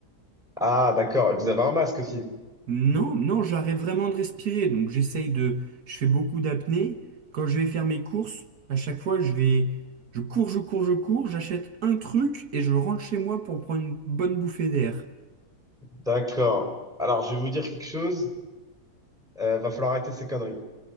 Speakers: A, in the centre; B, on the right.
A: Ah, d'accord. Vous avez un masque aussi.
B: Non, non, j'arrête vraiment de respirer. Donc, j'essaye de, je fais beaucoup d'apnée. Quand je vais faire mes courses, à chaque fois, je vais, je cours, je cours, je cours, j'achète un truc et je rentre chez moi pour prendre une bonne bouffée d'air.
A: D'accord. Alors, je vais vous dire quelque chose. Euh, va falloir arrêter ces conneries.